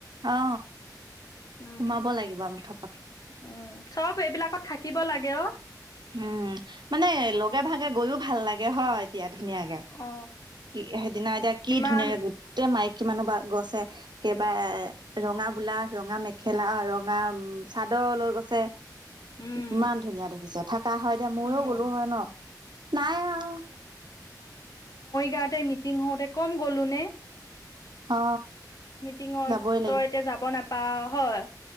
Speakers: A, on the right; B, on the left.
A: অ
B: উম
A: সোমাব লাগিব মুঠপাত
B: উম চব এইবিলাকত থাকিব লাগে অ।
A: উম। মানে লগে ভাগে গৈও ভাল লা গে হয় এতিয়া। ধুনীয়াকে,
B: অ
A: কি সেইদিনা এতিয়া কি
B: ইমান
A: ধুনীয়াকে গোটেই মাই কিমান বা গছ ছে কেইবা এ ৰঙা বোলাছ, ৰঙা মেখেলা, ৰঙা উম চাদৰ লৈ গৈছে।
B: উম
A: ইমান ধুনীয়া দেখিছে। কা হয় এ দিয়া ময়ো
B: উম
A: গলো হয় ন, নাই আৱ।
B: গাতে মিটিং হওঁতে কম গলো নে?
A: অ।
B: মিটিঙত
A: যাবই
B: তই এতিয়া যাব নাপাও। হয়।